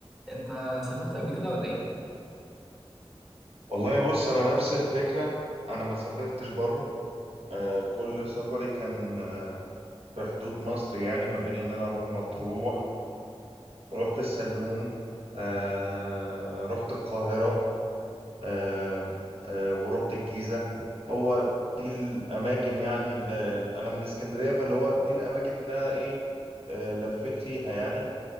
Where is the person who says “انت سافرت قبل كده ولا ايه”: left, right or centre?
Centre